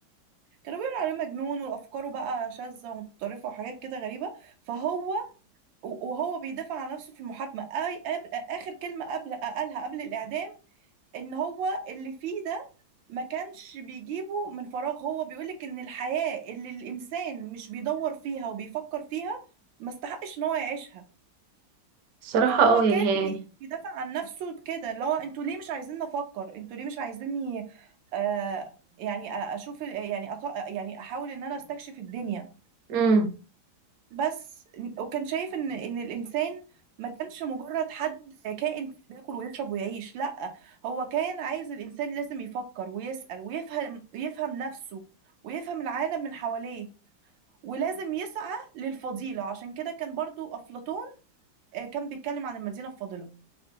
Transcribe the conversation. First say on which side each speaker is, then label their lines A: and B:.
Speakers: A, on the right; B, on the right.
A: كانوا بيقولوا عليه مجنون وافكاره بقى شاذه ومتطرفه وحاجات كده غريبه فهو وهو بيدافع عن نفسه في المحاكمه آي قبل اخر كلمه قبل قالها قبل الاعدام ان هو اللي فيه ده ما كانش بيجيبه من فراغ هو بيقولك ان الحياه اللي الانسان مش بيدور فيها وبيفكر فيها ما استحقش ان هو يعيشها
B: الصراحة
A: فهو
B: اه يعني
A: كان بي- بيدافع عن نفسه كده اللي هو انتوا ليه مش عايزين نفكر انتوا ليه مش عايزيني آه يعني أ- اشوف ال- يعني أط... يعني احاول ان انا استكشف الدنيا
B: امم
A: بس وكان شايف ان ان الانسان ما كانش مجرد حد كائن بياكل ويشرب ويعيش لا هو كان عايز الانسان لازم يفكر ويسأل ويفهم يفهم نفسه ويفهم العالم من حواليه ولازم يسعى للفضيلة عشان كده كان برضو أفلاطون آه، كان بيتكلم عن المدينة الفاضلة